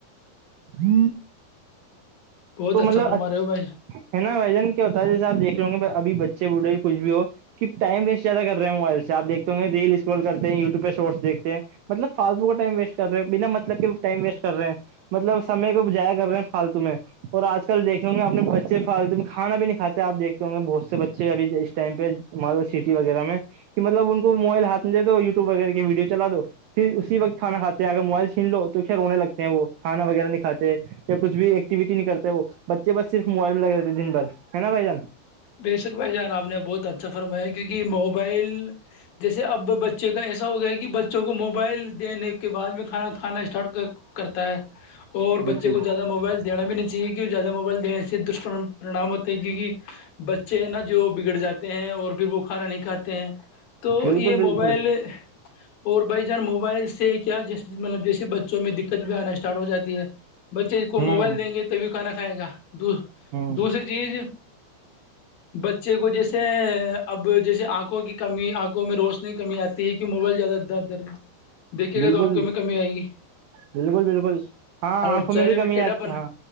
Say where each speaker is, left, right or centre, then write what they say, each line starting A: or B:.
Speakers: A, on the right (about 75°); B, on the left (about 55°).
A: ہ
B: بہت اچھا
A: مطلب
B: فرما
A: اچ
B: رہے ہو بھائی
A: ہے نا ویجن کیا ہوتا ہے جیسے آپ دیکھ لو گے اب بچے بوڑھے کچھ بھی ہو کہ ٹائ وسٹیادہ کر رہے موبائل سے آپیکھتے گ ریلس اس کال کرتے ہیں ی ٹیوب پ شٹس دیکتے ہیں مطلب فالتو کا ٹائم ویسٹ کرے ہیں بنا مطلب کے ٹائم ویس کر رہے ہیں مطلب سمے کو جایا کر رہے ہیں فالتو میں اور آج کل دیکھ ہوں گے اپنے بچے پالت میں کانا بھی نہیں کاتے آپ دیکتے ہوں گے بہت سے بچے اب اس ٹائم پہ سٹی وغیرہ میں کہ مطلب ان کو موائلاتھے دو وٹیوب وغیرہ کی ویڈیو چلا دو پھر اسی وقت کھانا کھاتے اگر موبائل چھین لو تو پھر رونے لگتے ہیں وہ کانا وغیرہ نہیں کھاتے یا کچھ بھی ایکٹٹیوٹی نہیں کرتے وہ بچے بس صرف موائل میں لگے رہتے ہیں دن بھر ہے نا بھائی جان
B: بے شک بھائی جان آپ نے بہت اچھا فرمایا کیونکہ موبائل جیسے اب بچ ایسا ہو گیا کہ بچوں کو موبائل دینے کے بعد میں کھانا کھانا اسٹارٹ کرتا ہے اور
A: بالکل
B: بچے کو زیادہ موبائل دینا بھی نہیں چاہیے زیادہ موبائل دینے سے دشررینام ہوتے ہیں کیک بچے ہیں نا جو بگڑ جاتے ہیں اور پھر وہ کھانا نہیں کھاتے ہیں تو
A: بالکل
B: یہ
A: بالکل
B: موبائل اور بھائی جان موبائل سے کیا جس مطلب جس بچوں میں دقت بھی آنا اسٹارٹ ہو جاتی ہے بچے کو
A: ہوں
B: موبائل دیں گے تبھی کھانا کھائے گا د
A: ہوں
B: دوسری چیز بچے کو جیسے اب جیسے آکھ آنکھوں کی کمی آنکھوں میں روشنی کی کمی آتی ہے کی موبائل زیادہ در در دیکے گا
A: بالکل
B: تو آنکھوں میں کمی آئے گی
A: بالکل بالکل ہاں
B: اور
A: آنکھوں
B: چرے
A: بھی کمی
B: میں ٹیٹا
A: آتی
B: پن
A: ہاں